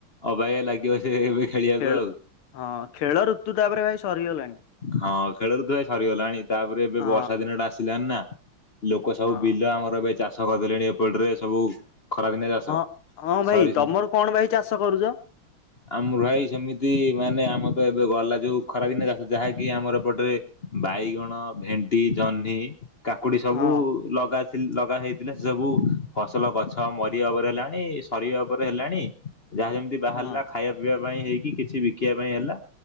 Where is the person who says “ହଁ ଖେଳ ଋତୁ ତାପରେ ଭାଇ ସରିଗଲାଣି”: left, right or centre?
Left